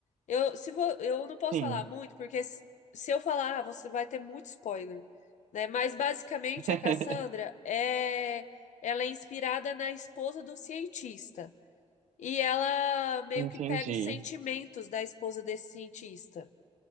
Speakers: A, on the left; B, on the right.
A: Eu, se vou, eu não posso
B: Sim.
A: falar muito, porque se se eu falar, você vai ter muito spoiler, né? Mas basicamente
B: <laughs>
A: a Cassandra é ela é inspirada na esposa do cientista. E ela meio
B: Entendi.
A: que pega os sentimentos da esposa desse cientista.